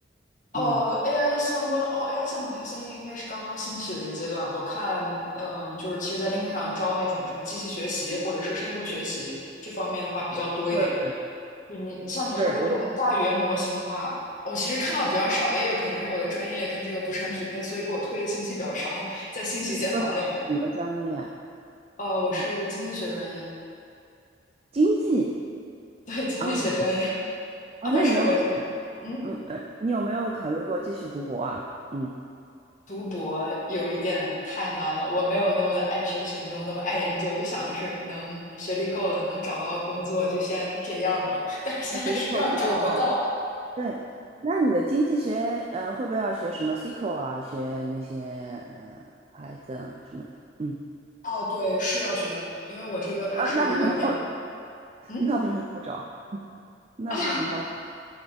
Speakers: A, on the left; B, on the right.
A: 呃，AI
B: 嗯，
A: 相关哦，AI 项目的话，现在应该是刚刚兴起的一个阶段。我看，嗯，就是其实，在 LinkedIn 上招那种什么机器学习或者是深度学习这方面的话比较多一点。
B: 对对
A: 就你像你说的这种大语言模型的话，
B: 对，我
A: 我其实看到比较少，也有可能是因为我的专业跟这个不是很匹配，所以给我推的信息比较少，在信息茧房里面。
B: 你说的是什么专业啊
A: 呃，我是经济学专业，
B: 嗯，经济，
A: 对，经济学专业
B: 哦哦，
A: 啊，但是我这，
B: 那你有没有，
A: 嗯。
B: 嗯呃，你有没有考虑过继续读博啊？嗯，
A: 读博有一点太难了，我没有那么的爱学习，没有那么爱研究，就想的是能学历够了，能找到工作就先这样吧。<laughs> 但是现在实际上找不到。
B: 我绝对够，绝对够。对，那你的经济学呃会不会要学什么 SQL 啊，学那些呃 Python 啊什么的？嗯，
A: 哦，对，是要学的，因为我这个它是有一点，
B: 啊，那不是很哦，<laughs>
A: 嗯，
B: 那不是很好找，那不是很好找。
A: 哎呀，